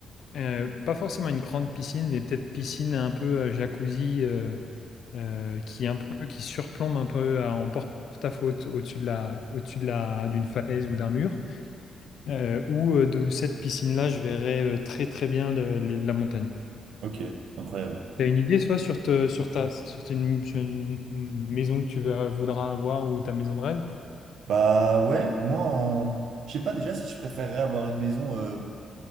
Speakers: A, on the left (about 70°); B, on the right (about 75°).
A: euh, pas forcément une grande piscine, mais peut-être piscine un peu euh, jacuzzi. euh, euh, qui est un peu qui surplombe un peu à- en porte-à-faux au- au-dessus de la au-dessus de la d'une falaise ou d'un mur euh, ou euh, de cette piscine-là je verrais euh, très très bien le- le- la montagne.
B: Ok. Incroyable.
A: T'as une idée soit sur te- sur ta sur tes- une, sur une- une maison que tu veux- voudras avoir ou ta maison de rêve?
B: Bah ouais, moi, en... je sais pas déjà si je préférerais avoir une maison, euh,